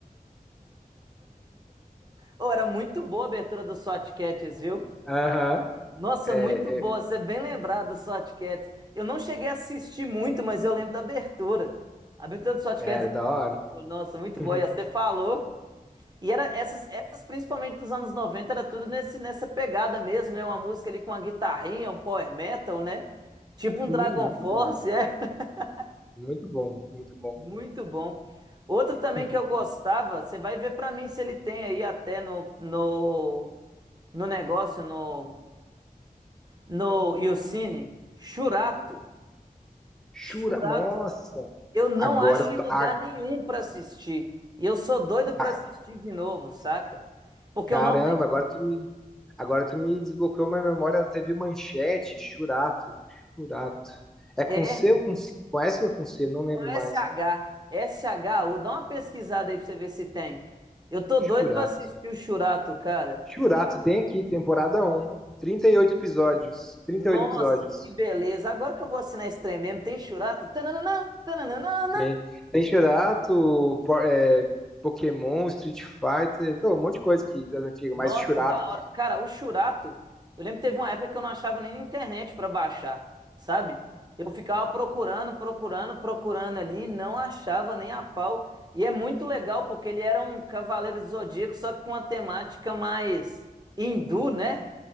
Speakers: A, on the right; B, in the centre.
A: Ou era muito boa a abertura do SWAT Cats, viu?
B: Aham.
A: Nossa,
B: É,
A: muito boa. Você é bem lembrado do Swat Cats. Eu não cheguei a assistir muito, mas eu lembro da abertura. A abertura do Swat
B: é,
A: Cats era
B: é, da hora.
A: boa. Nossa, muito
B: <laughs>
A: boa. E você falou. E era essas, essas, principalmente dos anos 90 era tudo nesse, nessa pegada mesmo, né? Uma música ali com uma guitarrinha, um power metal, né? Tipo um
B: Sim,
A: Dragon
B: muito
A: Force,
B: bom.
A: é. <laughs>
B: Muito bom, muito bom.
A: Muito bom. Outro também
B: <laughs>
A: que eu gostava, você vai ver pra mim se ele tem aí até no, no, no negócio, no, no Youcine, Churato.
B: Shura,
A: Churato,
B: nossa!
A: eu não
B: Agora,
A: acho
B: tu-
A: em lugar
B: a-
A: nenhum pra assistir. E eu sou doido pra
B: a-
A: assistir de novo, saca? Porque
B: caramba,
A: eu não
B: agora tu me, agora tu me desbloqueou minha memória da TV Manchete, Churato, Churato. É com
A: é
B: C ou com C? Conhece ou com C? Não lembro
A: com S
B: mais.
A: H S H U, dá uma pesquisada aí pra você ver se tem. Eu tô
B: Churato.
A: doido pra assistir o Churato, cara.
B: Churato
A: Churato,
B: tem aqui, temporada um 38 episódios. trinta
A: nossa,
B: e oito episódios.
A: que beleza. Agora que eu vou assinar esse trem mesmo, tem Churato. Tananana, tananana,
B: Tem, tem Churato, po- é, Pokémon, Street Fighter, pô, um monte de coisa aqui das antigas,
A: Nossa,
B: mas Churato.
A: da hora. Cara, o Churato, eu lembro que teve uma época que eu não achava nem na internet pra baixar, sabe? Eu ficava procurando, procurando, procurando ali, não achava nem a pau. E é muito legal porque ele era um cavaleiro do zodíaco, só que com uma temática mais hindu, né?